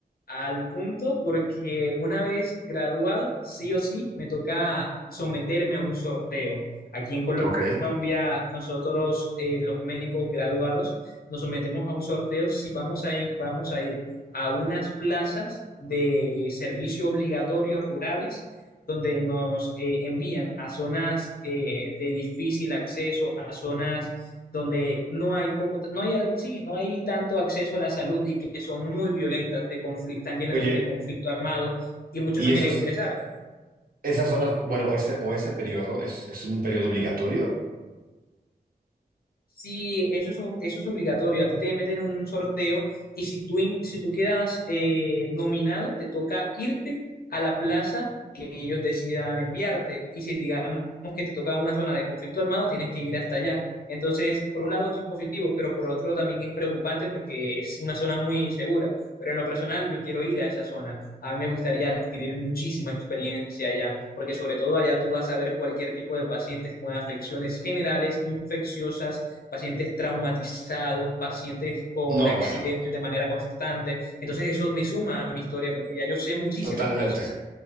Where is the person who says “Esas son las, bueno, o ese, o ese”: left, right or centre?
Right